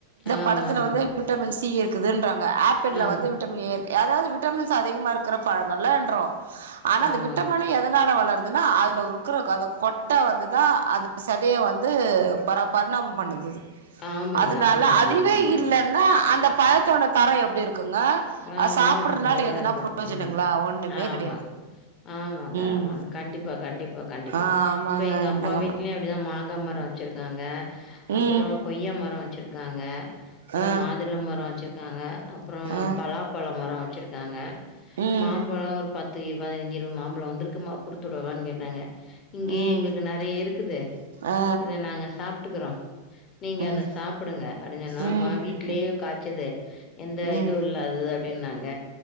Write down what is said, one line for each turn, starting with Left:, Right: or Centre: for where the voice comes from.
Left: ஆமாமா.
Right: பழத்தில்ல வந்து விட்டமின் சி இருக்குதுன்றாங்க ஆப்பிள்ல
Left: ஆ.
Right: வந்து விட் ஏ அதாவது விட்டமின்ஸ் அதிகமா இருக்கிற பழங்கள்ல என்றோ ஆனா அந்த
Left: ஆமாங்க.
Right: விட்டமின்னு எதனால வளர் அனா அதில இருக்கிற அந்த கொட்ட வந்துதா அந்த சதைய வந்து பர பரணாமம் பண்ணுது அது
Left: ஆமாங்க,
Right: அதனால
Left: ஆமாங்க,
Right: அதுவே
Left: ஆமாங்க.
Right: இல்லன்னா அந்த பழத்தோட தரோ எப்டி இருக்கு இருக்குங்க
Left: ஆ
Right: அது சாப்பிடுறதுனால
Left: மோசமாதான்
Right: எதனா
Left: இருக்கும்.
Right: பிரயோஜனங்களா
Left: ம்.
Right: ஒண்ணுமே
Left: ஆமாங்க.
Right: கெடையாது
Left: ஆமாங்க ஆமாங்க
Right: ம்
Left: கண்டிப்பா கண்டிப்பா கண்டிப்பா
Right: ஆ ஆமாங்க
Left: இப்ப எங்க
Right: என்னங்க
Left: அப்பா வீடலயு
Right: பண்
Left: அப்டிதா மாங்கா மரோ வச்சிருக்காங்க அப்பறோ
Right: ம்
Left: கொய்யா மரோ வச்சிருக்காங்க அப்றோ
Right: ஆ
Left: மாதுளம் மரம் வச்சிருக்காங்க அப்றோ
Right: ஆ
Left: பலாப்பழ மரம் வச்சிருக்காங்க
Right: ம்
Left: மாம்பழம் ஒரு பத்து இருப பதினஞ்சு இருபது மாம்பழம் வந்திருக்குமா குடுத்துடுவான்னு கேட்டாங்க இங்கேயே
Right: ம்
Left: எங்களுக்கு நெறைய இருக்குது
Right: ஆ
Left: இத நாங்க சாப்பிட்டுக்கிறோ நீங்க
Right: ம்
Left: அத சாப்புடுங்க அடுங்க நாமா
Right: ம்
Left: வீட்லயே
Right: ம்
Left: காய்ச்சது எந்த
Right: ம்
Left: இதுவு இல்லாது அப்டின்னாங்க